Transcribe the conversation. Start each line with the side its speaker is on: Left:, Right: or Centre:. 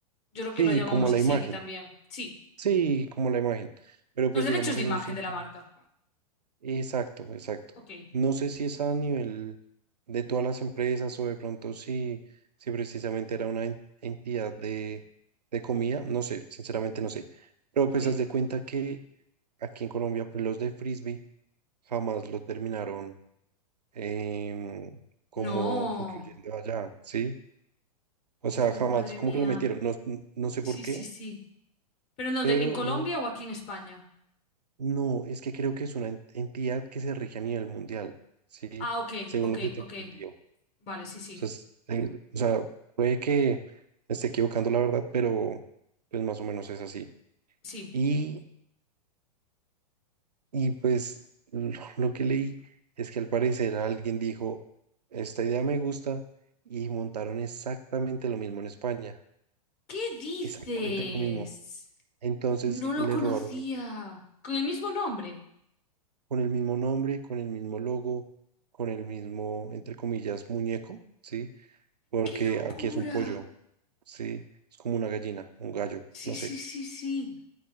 Left: Yo creo
Right: sí,
Left: que lo llamamos
Right: como la
Left: así
Right: imagen,
Left: aquí también. Sí.
Right: sí, como la imagen. Pero pues
Left: Los derechos
Right: digamos
Left: de
Right: hay
Left: imagen
Right: un sitio.
Left: de la marca.
Right: Exacto, exacto.
Left: Ok.
Right: No sé si es a nivel de todas las empresas o de pronto si, si precisamente era una en- entidad de, de comida, no sé, sinceramente no sé. Pero pues
Left: Ok.
Right: haz de cuenta que aquí en Colombia pues, los de frisbee jamás lo terminaron em, como
Left: No.
Right: incluyendo allá, ¿sí? O
Left: Uy,
Right: sea, jamás
Left: madre
Right: como
Left: mía.
Right: que lo metieron, no, no sé
Left: Sí,
Right: por qué,
Left: sí, sí. ¿Pero en dónde?
Right: pero
Left: ¿En Colombia
Right: y no,
Left: o aquí en España?
Right: no, es que creo que es una en- entidad que se rige a nivel mundial, ¿sí?
Left: Ah, ok,
Right: Según
Left: ok,
Right: lo que tengo
Left: ok.
Right: entendido. O
Left: Vale, sí, sí.
Right: sea, es- eh, o sea, puede que me esté equivocando la verdad, pero pues más o menos es así.
Left: Sí.
Right: Y, y pues lo, lo que leí es que al parecer alguien dijo, esta idea me gusta, y montaron exactamente lo mismo en España,
Left: ¿Qué dices?
Right: exactamente lo mismo. Entonces
Left: No lo
Right: le
Left: conocía.
Right: robaron.
Left: ¿Con el mismo nombre?
Right: con el mismo nombre, con el mismo logo, con el mismo, entre comillas, muñeco, ¿sí? Porque
Left: ¡Qué locura!
Right: aquí es un pollo, ¿sí? Es como una gallina, un gallo,
Left: Sí,
Right: no
Left: sí,
Right: sé,
Left: sí, sí.